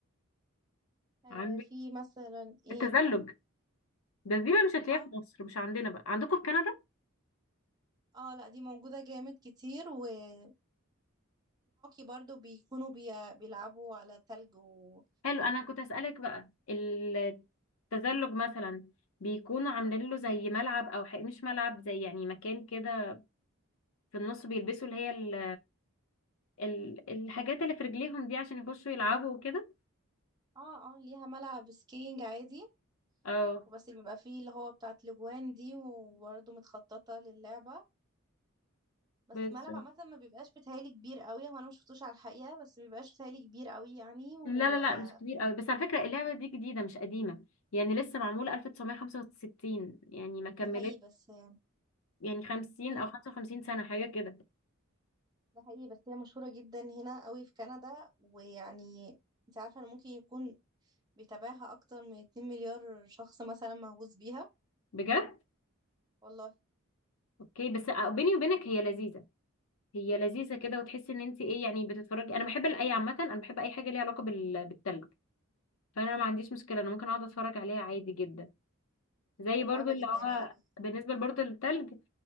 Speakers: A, on the right; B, on the left.
A: آه
B: عندك
A: في مثلا ايه
B: التزلج ده دي بقى مش هتلاقيها
A: اه
B: في مصر مش عندنا بقى عندكم في كندا
A: اه لا دي موجودة جامد كتير والهوكي برضو بيكونوا بي... بيلعبوا على تلج و
B: حلو انا كنت هسألك بقى التزلج مثلا بيكونوا عاملين له زي ملعب او حق مش ملعب زي يعني مكان كده في النص بيلبسوا اللي هي ال... ال... الحاجات اللي في رجليهم دي عشان يخشوا يلعبوا وكده
A: اه اه ليها ملعب سكينج عادي
B: اه
A: وبس بيبقى فيه اللي هو بتاعت الاجوان دي وبرضه متخططة للعبة بس
B: بس
A: الملعب عامة ما بيبقاش بيتهيألي كبير قوي هو انا ما شفتوش على الحقيقة بس ما بيبقاش بيتهيألي كبير قوي يعني وده
B: لا لا لا مش كبير قوي بس على فكرة اللعبة دي جديدة مش قديمة يعني لسه معمولة 1965 يعني ما كملت
A: حقيقي بس يعني
B: يعني 50
A: كان-
B: او 55 سنة حاجة كده
A: ده حقيقي بس هي مشهورة جدا هنا قوي في كندا ويعني انت عارفة انا ممكن يكون بيتابعها اكتر من 2 مليار شخص مثلا مهووس بيها
B: بجد
A: والله
B: اوكي بس بيني وبينك هي لذيذة هي لذيذة كده وتحسي ان انت ايه يعني بتتفرجي انا بحب الاي عامة انا بحب اي حاجة ليها علاقة بال... بالتلج فانا ما عنديش مشكلة انا ممكن اقعد اتفرج عليها عادي جدا زي
A: هي
B: برضو
A: صعبة
B: اللي
A: جدا
B: هو
A: يعني
B: بالنسبة برضو للتلج